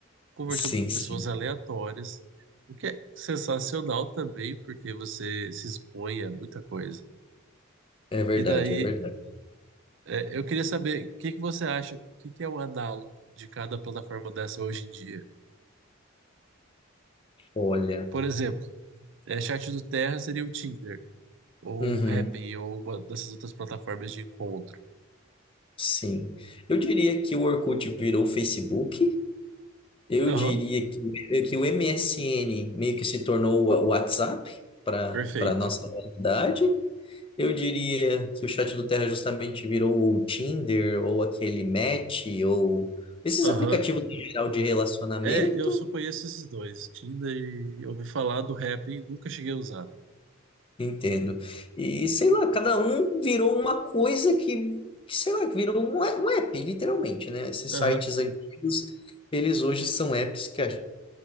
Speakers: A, on the right (about 65°); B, on the left (about 25°).
A: conversando
B: Sim,
A: com pessoas
B: sim,
A: aleatórias, o que é sensacional também, porque você se expõe a muita coisa.
B: é verdade,
A: E daí,
B: é verdade.
A: É, eu queria saber o que que você acha, o que que é o análogo de cada plataforma dessa hoje em dia?
B: Olha,
A: Por exemplo, é, Chat do Terra seria o Tinder, ou
B: uhum,
A: o Happn, ou uma dessas outras plataformas de encontro.
B: sim. Eu diria que o Orkut virou o Facebook, Eu
A: Aham,
B: diria que, que o MSN meio que se tornou o WhatsApp para
A: perfeito.
B: para nossa realidade. Eu diria que o chat do Terra justamente virou o Tinder ou aquele Match ou esses
A: Aham.
B: aplicativos em geral de relacionamento.
A: É, eu só conheço esses dois, Tinder e eu ouvi falar do Happn, nunca cheguei a usar.
B: Entendo. E sei lá, cada um virou uma coisa que, que sei lá, que virou um, a- um app, literalmente, né? Esses
A: Aham.
B: sites antigos, eles hoje são apps que a,